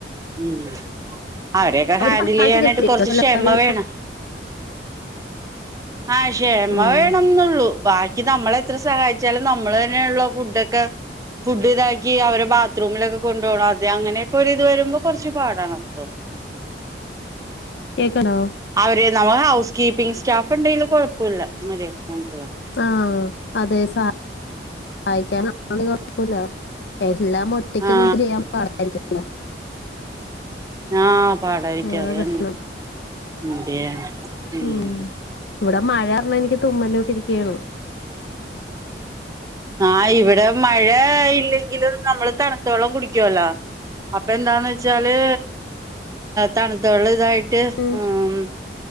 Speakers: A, on the right; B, on the left.
A: ഉം അവരെയൊക്കെ ഹാൻഡിൽ
B: സഹായിക്കൊക്കെ
A: ചെയ്യാനായിട്ട്
B: ചെയ്യോ
A: കൊറച്ച്
B: ചെലവര്
A: ക്ഷമ വേണം ആഹ ക്ഷമ
B: ഉം
A: വേണംന്നള്ളൂ ബാക്കി നമ്മള എത്ര സഹായിച്ചാലും നമ്മള് തന്നെയള്ള ഫുഡ ഒക്കെ ഫുഡ് ഇതാക്കി അവരെ ബത്രറൂമിലൊക്കെ കൊണ്ടു പോണം ആദ്യം അങ്ങനെയൊക്കെ ഒരിത് വരുമ്പോ കുറച്ച് പാടാണ് അത്രൂം
B: കേക്കണോ
A: അവര് നമ്മ ഹൗസ് കീപ്പിംഗ് സ്റ്റാഫ് ഉണ്ടെങ്കും കുഴപ്പമില്ല മര്യാദയ്ക്ക് മം
B: ആഹ അതെ സ സഹായിക്കാന കുഴപ്പില്ല ലെ എല്ലാ ഒറ്റയ്ക്ക്
A: ആ
B: നമുക്ക് ചെയ്യാൻ പാടായിരിക്കല്ലോ
A: ആഹ് പാടായിരിക്കും
B: അതാ
A: അതുതന്നെ
B: പ്രശ്നം
A: എന്ത് ചെയ്യാനാ മം
B: ഉം ഇവിടെ മഴ പറഞ്ഞാൽ എനിക്ക് തുമ്മലിച്ചിരിക്കുകയാണ്
A: ആ ഇവിടെ മഴ ഇല്ലെങ്കിലും നമ്മള് തണുത്ത വെള്ളം കുടിക്കുവല്ലോ അപ്പൊ എന്താന്ന് വെച്ചാല് തണുത്തള്ളം ഇതായിട്ട് ട്ട്
B: ഉം
A: മ്